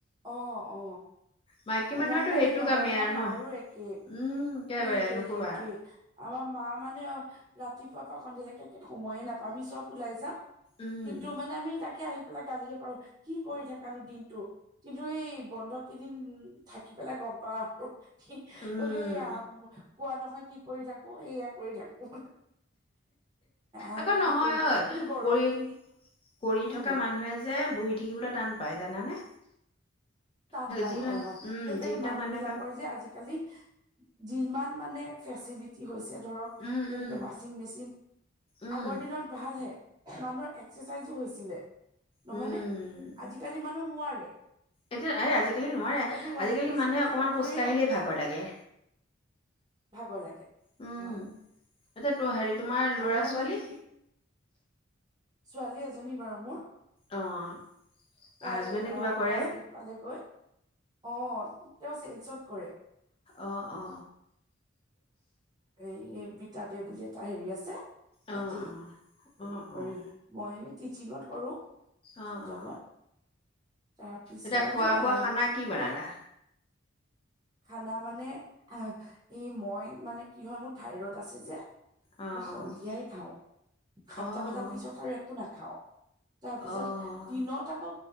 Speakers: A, on the right; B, on the left.
A: অ অ
B: মাইকী মানুহৰতো
A: মই মানে
B: সেইটো
A: নহয়
B: কামেই
A: আমাৰ
B: আৰু ন
A: মাৰো একে
B: উম একেবাৰে
A: এইটোৱে
B: নকবা
A: সেইটোৱে আমাৰ মা মানে ৰাতিপুৱাৰ পৰা সন্ধিয়ালৈকে একে সময়ে নাপায় আমি চব ওলাই যাওঁ
B: উম
A: কিন্তু মানে আমি তাকে আহি পেলাই গালিহে পাৰো কি কৰি থাকানো দিনটো কিন্তু এই বন্ধ কেইদিন থাকি পেলাই গম পাওঁ আৰু কি
B: উম
A: তহঁতি কোৱা নহয় কি কৰি থাকো এয়া কৰি থাকো আৰু
B: আকৌ নহয়
A: কি কৰিব
B: ঐ
A: কিন্তু গৰম
B: কৰি
A: দিন কি
B: কৰি
A: উম
B: থকা মানুহে যে বহি থাকিবলে টান পায় জানানে
A: টান পায়
B: যিবিলাক
A: হয়-হয়।
B: উম
A: সেইকাৰণে
B: যিবিলাক
A: মানুহ
B: মানুহে
A: বিলাকৰ
B: কাম
A: যে আজিকালি যিমান মানে ফেচিলিটি হৈছে ধৰক।
B: উম
A: যেনেকে
B: উম
A: ৱাচিং মেচিন
B: উম
A: আগৰ দিনত ভাল হে মানুহৰ এক্সাৰচাইজো হৈছিলে। নহয়
B: উম,
A: নে আজিকালি মানুহ নোৱাৰে
B: এতিয়া এই আজিকালি নোৱাৰে
A: আজিকালি ৱাশ্বিং
B: আজিকালি
A: মেচিন
B: মানুহে
A: হলে
B: অকণমান
A: কাপোৰেই
B: খোজ কাঢ়িলেই
A: ন
B: ভাগৰ লাগে
A: ভাগৰ লাগে
B: উম,
A: হয়
B: এতিয়া তো হেৰি তোমাৰ ল'ৰা
A: আৰু
B: ছোৱালী
A: মানে কি ছোৱালী এজনী বাৰু মোৰ
B: অ'
A: তাই
B: হাজবেণ্ডে কিবা
A: অ
B: কৰে?
A: ক্লাছ এইট পালে গৈ অ তেওঁ চেলচত কৰে
B: অ অ
A: এই বিতাদে বুলি এটা হেৰি আছে
B: অ' অ'
A: তাতেই হে
B: অ' অ'
A: কৰি মই এনেই টিচিঙত কৰো। টিচিং
B: অ
A: জবত
B: অ
A: তাৰপিছতে
B: এতিয়া খোৱা
A: আৰু
B: বোৱা খানা কি বনালা?
A: গ খানা মানে আহ এই মই মানে কি হয় মোৰ ঠাইৰড আছে যে,
B: অ'
A: মই সন্ধিয়াই খাওঁ সাতটা
B: অ'
A: বজাৰ পিছত আৰু একো নাখাওঁ। তাৰপিছত
B: অ'
A: দিনত আকৌ